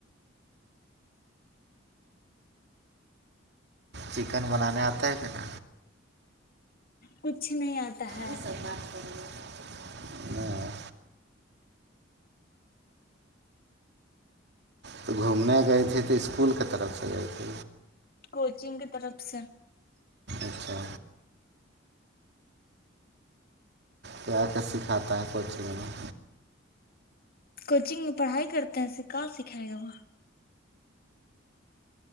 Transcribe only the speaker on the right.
چکن بنانے آتا ہے کہ ن
یہ سب بات کر رہے ہیں ہاں، تو گھومنے گئے تھ تو اسکول کے طرف سے جائے تھ
اچھا پ آ کے سکھاتا ہے کوچنگ میں